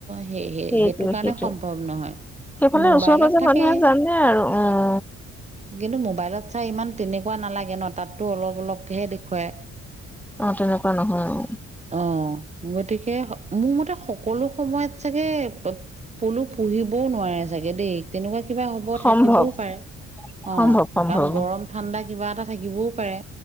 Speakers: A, on the right (about 20°); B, in the centre.
A: সেইটো
B: সেইটোৱে
A: কাৰণে
B: সেইটোৱে।
A: সম্ভৱ নহয়।
B: সেইফালে
A: মোবাইলত
B: ওচৰ পাজৰে
A: থাকে
B: মানুহে জানে আৰু অ'।
A: কিন্তু মোবাইলত চাই ইমান তেনেকুৱা নালাগে ন তাতো অলপ অলপেহে দেখুৱাই।
B: অ, তেনেকুৱা নহয়।
A: অ, গতিকে মোৰ মতে সকলো সময়ত চাগে পলু, পুহিবও নোৱাৰে চাগে দেই। তেনেকুৱা কিবা হ'ব
B: সম্ভৱ
A: থাকিবও পাৰে অ,
B: সম্ভৱ সম্ভৱ
A: কাৰণ গৰম ঠাণ্ডা কিবা এটা থাকিবও। পাৰে